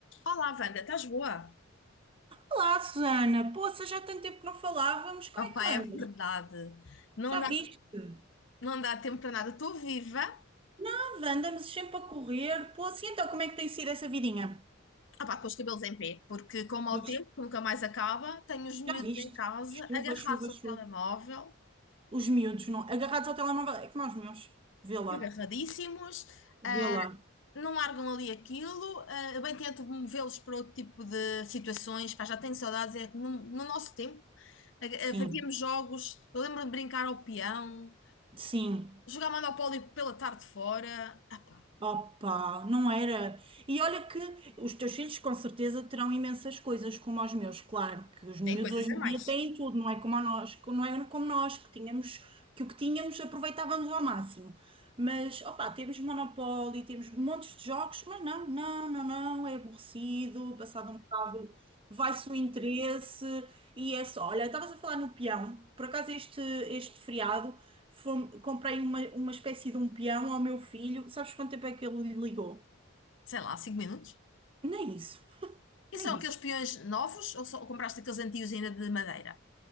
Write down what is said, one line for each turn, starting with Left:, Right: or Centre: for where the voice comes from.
Left: Olá, Wanda, estás boa?
Right: Olá, Susana. Poça, já há tanto tempo que não falávamos. Como
Left: Opá,
Right: é que tu
Left: é
Right: andas?
Left: verdade. Não
Right: Já
Left: dá,
Right: viste?
Left: não dá tempo para nada. Estou viva,
Right: Nada, Andamos sempre a correr. Poça, e então como é que tem sido essa vidinha?
Left: opá, com os cabelos em pé, porque com o mau
Right: Pois,
Left: tempo, que nunca mais acaba, tenho os miúdos
Right: já viste?
Left: em casa,
Right: Chuva,
Left: agarrados
Right: chuva,
Left: ao
Right: chuva.
Left: telemóvel,
Right: Os miúdos, não. Agarrados ao telemóvel, é como aos meus. Vê lá,
Left: agarradíssimos,
Right: vê
Left: ah,
Right: lá.
Left: não largam ali aquilo. ah, eu bem tento movê-los para outro tipo de situações, pá, já tenho saudades. É que no, no nosso tempo, ah, ah,
Right: Sim,
Left: fazíamos jogos, eu lembro-me de brincar ao peão,
Right: sim.
Left: jogar Monopólio pela tarde fora. Ah, pá,
Right: Opa, não era. E olha que os teus filhos com certeza terão imensas coisas como os meus, claro, que os miúdos
Left: tem coisas
Right: hoje
Left: a
Right: em
Left: mais.
Right: dia têm tudo, não é como a nós, que não é como nós, que tínhamos, que o que tínhamos aproveitávamos ao máximo. Mas, opa, temos Monopoly, temos montes de jogos, mas não, não, não, não, é aborrecido, passado um bocado vai-se o interesse e é só. Olha, estavas a falar no peão, por acaso este, este feriado. Fome- comprei uma, uma espécie de um peão ao meu filho. Sabes quanto tempo é que ele lhe ligou?
Left: sei lá, cinco minutos.
Right: Nem isso, <laughs>
Left: E
Right: nem
Left: são aqueles
Right: isso.
Left: peões novos ou, só, ou compraste aqueles antigos ainda de madeira?